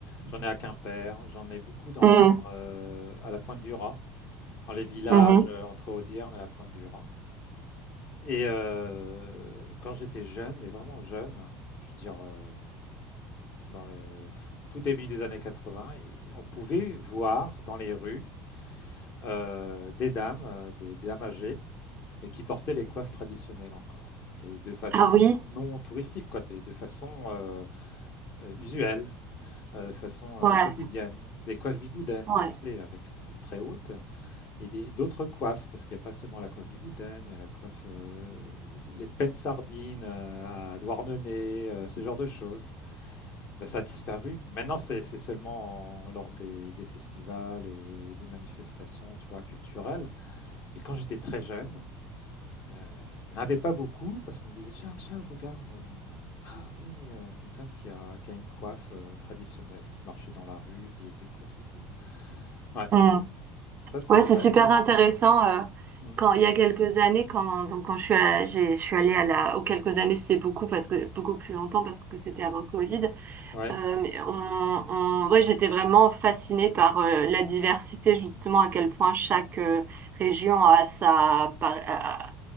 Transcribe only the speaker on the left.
J'en ai à Quimper, j'en ai beaucoup dans
euh, à la Pointe du Raz, dans les villages
euh, entre Audierne et la Pointe du Raz. Et euh, quand j'étais jeune, mais vraiment jeune, je veux dire. euh, dans le tout début des années 80, et on pouvait voir dans les rues euh, des dames, euh, des, des dames âgées, et qui portaient les coiffes traditionnelles encore. Et de façon
non touristique, quoi, de de façon euh, euh, usuelle, euh, de façon euh,
quotidienne. Des coiffes bigoudaines,
tu sais, avec les très hautes, et des- d'autres coiffes, parce qu'il n'y a pas seulement la coiffe bigoudaine, il y a la coiffe, euh, les peines sardines euh, à Douarnenez, euh, ce genre de choses. Bah, ça a disparu. Maintenant, c'est c'est seulement en- lors des, des festivals et des manifestations, tu vois, culturelles. Mais quand j'étais très jeune, euh, il n'y en avait pas beaucoup parce qu'on me disait, Charles, Charles, regarde. euh, hein. ah oui, euh, une dame qui a, qui a une coiffe euh, traditionnelle, qui marchait dans la rue, faisait ses courses et tout. Ouais,
ça c'est...
Ouais,
ça c'est...
Mm.
Ouais.